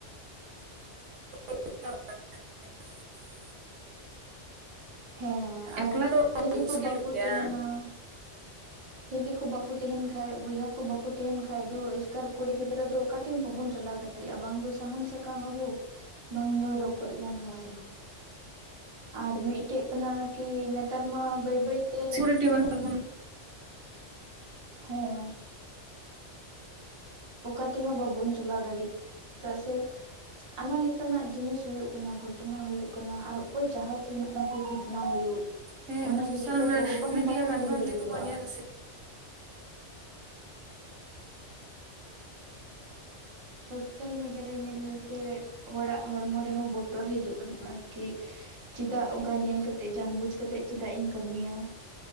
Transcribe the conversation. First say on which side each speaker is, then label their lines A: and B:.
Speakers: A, on the right (about 85°); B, on the right (about 35°).
A: <unintelligible>
B: ᱦᱮᱸ
A: ᱮᱠᱞᱟ
B: ᱟᱨ
A: ᱫᱚ
B: ᱦᱤᱞᱤ
A: ᱢᱩᱥᱠᱤᱞ
B: ᱠᱚ ᱵᱟᱠᱚ
A: ᱜᱮᱭᱟ
B: ᱛᱟᱦᱮᱱᱟ ᱦᱤᱞᱤ ᱠᱚ ᱵᱟᱠᱚ ᱛᱟᱦᱮᱱ ᱠᱷᱟᱱᱡ ᱵᱚᱭᱦᱟ ᱠᱚ ᱵᱟᱠᱚ ᱛᱟᱦᱮᱱ ᱠᱷᱟᱡ ᱫᱚ ᱮᱥᱠᱟᱨ ᱠᱩᱲᱤ ᱜᱤᱫᱽᱨᱟᱹ ᱫᱚ ᱚᱠᱟᱛᱮᱦᱚᱸ ᱵᱟᱵᱚᱱ ᱪᱟᱞᱟᱣ ᱫᱟᱲᱮᱭᱟᱜᱼᱟ ᱵᱟᱝ ᱫᱚ ᱥᱟᱦᱟᱱ ᱥᱟᱠᱟᱢ ᱟᱹᱜᱩ ᱵᱟᱝ ᱫᱚ ᱨᱚᱠᱚᱡ ᱜᱚᱸᱜᱷᱟ ᱦᱟᱞᱟᱝ ᱟᱨ ᱢᱤᱫᱴᱮᱡ ᱠᱟᱱᱟ ᱠᱤ ᱱᱮᱛᱟᱨ ᱢᱟ ᱵᱟᱹᱭ ᱵᱟᱹᱭ ᱛᱮ
A: <unintelligible> ᱵᱟᱱᱩᱜ ᱛᱟᱵᱚᱱᱟ
B: ᱦᱮᱸ ᱚᱠᱟ ᱛᱮᱦᱚᱸ ᱵᱟᱵᱚᱱ ᱪᱟᱞᱟᱣ ᱫᱟᱲᱮᱭᱟᱜ ᱪᱮᱫᱟᱜ ᱥᱮ ᱟᱭᱢᱟ ᱞᱮᱠᱟᱱᱟᱜ ᱡᱤᱱᱤᱥ ᱦᱩᱭᱩᱜ ᱠᱟᱱᱟ ᱜᱷᱚᱴᱚᱱᱟ ᱦᱩᱭᱩᱜ ᱠᱟᱱᱟ ᱟᱨ ᱚᱠᱚᱭ ᱮ ᱪᱟᱦᱟᱣ ᱛᱟᱦᱮᱱᱟ ᱡᱮ ᱜᱷᱚᱴᱚᱱᱟ ᱦᱩᱭᱩᱜ
A: ᱦᱮᱸ
B: ᱚᱱᱟ
A: ᱥᱳᱥᱟᱞ
B: ᱞᱟᱹᱜᱤᱫ ᱛᱮ ᱜᱚ ᱵᱟᱵᱟ ᱦᱚᱸ
A: ᱢᱤᱰᱤᱭᱟ
B: ᱵᱟᱠᱚ
A: ᱢᱟᱫᱽᱫᱷᱚᱢ
B: ᱠᱩᱞ ᱞᱟᱹᱜᱤᱫᱚᱜᱼᱟ
A: ᱛᱮᱫᱚ ᱠᱚ ᱧᱮᱞ ᱨᱟᱹᱥᱤ
B: <inaudible> ᱥᱳᱥᱟᱞ ᱢᱤᱰᱤᱭᱟ ᱨᱮ ᱧᱮᱞ ᱧᱮᱞᱛᱮ ᱦᱚᱲᱟᱜ ᱦᱚᱲᱢᱚ ᱨᱮᱦᱚᱸ ᱵᱚᱛᱚᱨ ᱦᱤᱡᱩᱜ ᱠᱟᱱᱟ ᱠᱤ ᱪᱮᱫᱟᱜ ᱚᱱᱠᱟ ᱧᱮᱞ ᱠᱟᱛᱮᱜ ᱡᱟᱱ ᱵᱩᱡ ᱠᱟᱛᱮᱜ ᱪᱮᱫᱟᱜ ᱤᱧ ᱠᱟᱹᱢᱤᱭᱟ